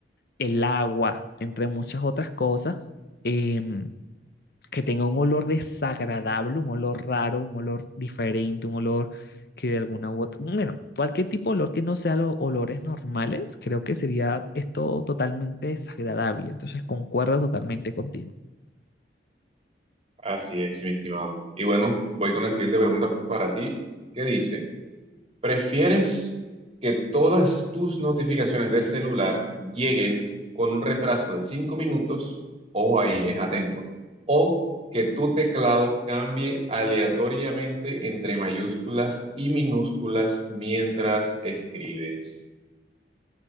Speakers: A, on the left; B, on the right.
A: el agua, entre muchas otras cosas, em, que tenga un olor desagradable, un olor raro, un olor diferente, un olor que de alguna u otra, bueno, cualquier tipo de olor que no sea los olores normales, creo que sería esto totalmente desagradable. Entonces, concuerdo totalmente contigo.
B: así es, mi estimado. Y bueno, voy con la siguiente pregunta para ti. ¿Qué dice? ¿Prefieres que todas tus notificaciones de celular lleguen con un retraso de 5 minutos? Ojo ahí, eh, atento. ¿O que tu teclado cambie aleatoriamente entre mayúsculas y minúsculas mientras escribes?